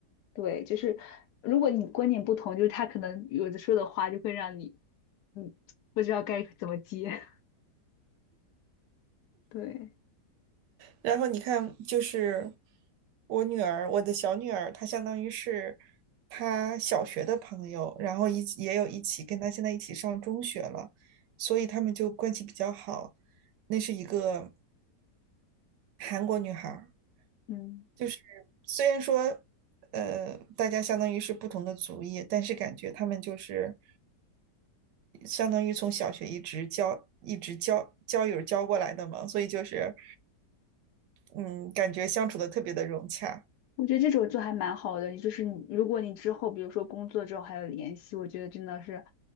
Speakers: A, on the left (about 75°); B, on the right (about 85°).
A: 对，就是如果你观点不同，就是他可能有的说的话就会让你，嗯，不知道该怎么接。<laughs> 对，
B: 然后你看，就是我女儿，我的小女儿，她相当于是她小学的朋友，然后一起也有一起跟她现在一起上中学了，所以他们就关系比较好。那是一个韩国女孩儿。
A: 嗯，
B: 就是虽然说，呃，大家相当于是不同的族裔，但是感觉他们就是相当于从小学一直交一直交交友交过来的嘛，所以就是，嗯，感觉相处的特别的融洽。
A: 我觉得这种就还蛮好的。你就是你，如果你之后比如说工作之后还有联系，我觉得真的是